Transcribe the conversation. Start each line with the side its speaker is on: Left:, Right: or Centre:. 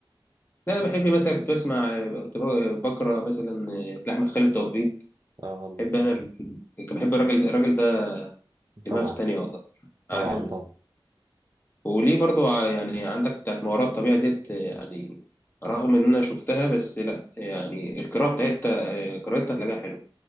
Left: لا أنا بحب مثلا كنت بسمع كنت بقرا مثلا آه، لاحمد خالد توفيق
Right: آه
Left: بحب انا كنت بحب الراجل الراجل ده دماغ
Right: طبعا
Left: تانية والله عالمي
Right: طبعا طبعا
Left: وليه برضو ع- يعني عندك بتاعت ما وراء الطبيعه ديت آه، يعني رغم ان انا شفتها بس لا يعني القراءه بتاعتها آه، قراءتها هتلاقيها حلوه